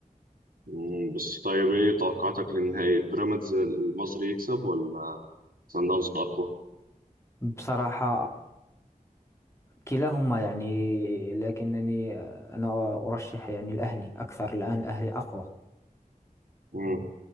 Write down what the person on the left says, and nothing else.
بصراحة كلاهما يعني لكنني آه، أنا أرشح يعني الأهلي أكثر الآن الأهلي أقوى